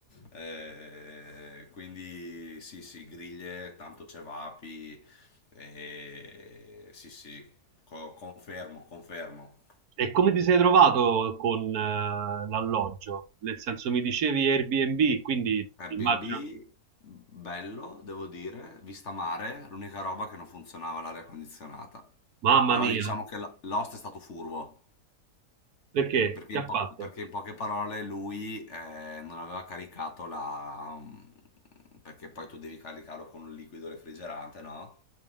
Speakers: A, on the left; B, on the right.
A: Eh, quindi sì, sì, griglie, tanto cevapi, eh, sì, sì, co- confermo, confermo.
B: E come ti sei trovato con eh, l'alloggio? Nel senso mi dicevi Airbnb, quindi
A: Airbnb,
B: immagino,
A: bello, devo dire, vista mare, l'unica roba che non funzionava l'area condizionata.
B: mamma
A: Però
B: mia,
A: diciamo che l- l'host è stato furbo.
B: perché?
A: Perché
B: Che
A: in,
B: ha
A: po-
B: fatto?
A: perché in poche parole lui eh, non aveva caricato la... mm, perché poi tu devi caricarlo con un liquido refrigerante, no?